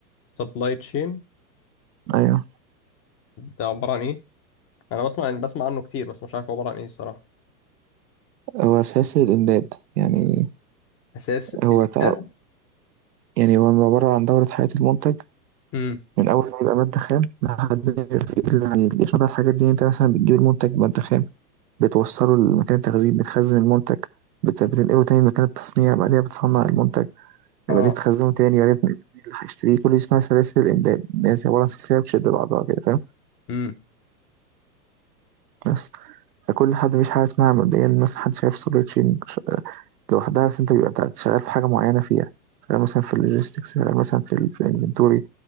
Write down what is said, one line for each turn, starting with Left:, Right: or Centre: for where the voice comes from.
Left: سبلاي تشين
Right: ايوه
Left: ده عبارة عن ايه انا بسمع بسمع عنه كتير بس مش عارف هو عبارة عن ايه الصراحة
Right: هو اساس الامداد يعني
Left: اساس الاحداد
Right: هو تع- يعني هو عبارة عن دورة حياة المنتج
Left: امم
Right: من أول ما يبقى مادة خام لحد ما يبقى في إيد العميل يشمل بقى الحاجات دي أنت مثلا بتجيب المنتج مادة خام بتوصله لمكان التخزين بتخزن المنتج بت- بتنقله تاني مكان التصنيع بعدين بتصنع المنتج
Left: اه
Right: بعدين بتخزنه تاني بعدين بتنقله تاني اللي هيشتريه كل دي اسمها سلاسل الإمداد اللي هي زي عبارة عن سلسلة بتشد بعضها كده فاهم
Left: امم
Right: بس فكل حد مفيش حاجة اسمها مبدئيا مثلا حد شايف سوبر تشين لوحدها بس أنت بيبقى شغال في حاجة معينة فيها شغال مثلا في اللوجيستكس شغال مثلا في ال- في الانفنتوري